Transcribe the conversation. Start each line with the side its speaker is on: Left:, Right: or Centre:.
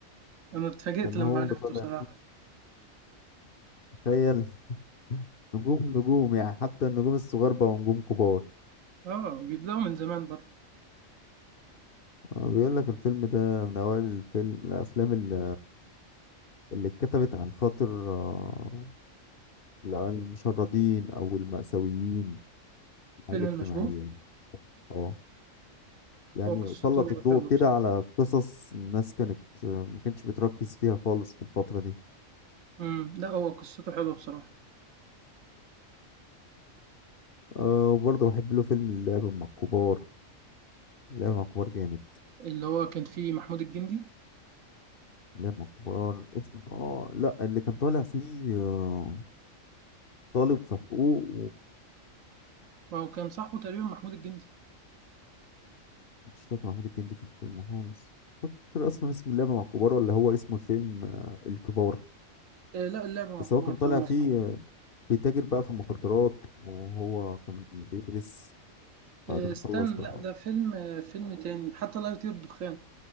Right: انا اتفاجئت
Left: كان
Right: لما
Left: هو
Right: عرفته
Left: اللي طالع
Right: صراحه
Left: تخيل نجوم نجوم يعني حتى النجوم الصغار بقوا نجوم كبار
Right: اه بيبداوا من زمان برضه
Left: آه، بيقول لك الفيلم ده من أوائل الفيلم الأفلام اللي اللي اتكتبت عن خاطر آه، المشردين أو المأساويين على
Right: فيلم
Left: الاجتماعية
Right: المشبوه
Left: يعني اه يعني
Right: هو قصته
Left: سلط الضوء
Right: حلوه
Left: كده
Right: بصراحه
Left: على قصص الناس كانت آه، ما كانتش بتركز فيها خالص في الفترة دي
Right: امم لا هو قصته حلوه بصراحه
Left: أه وبرضه بحب له فيلم اللعب مع الكبار اللعب مع الكبار جامد
Right: اللي هو كان فيه محمود الجندي
Left: اللعب مع الكبار اسمه اه لا اللي كان طالع فيه آه، طالب في حقوق
Right: ما هو كان صاحبه تقريبا محمود الجندي
Left: مش فاكر محمود الجندي في الفيلم خالص مش فاكر اصلا اسم اللعبه مع الكبار ولا هو اسمه الفيلم آه، الكبار
Right: آه لا اللعبه مع
Left: بس
Right: الكبار
Left: هو كان
Right: تمام
Left: طالع فيه
Right: مظبوط
Left: آه، بيتاجر بقى في المخدرات وهو كان بيدرس بعدين
Right: آه استنى
Left: خلص بقى
Right: لا ده فيلم آه فيلم تاني حتى لا يطير الدخان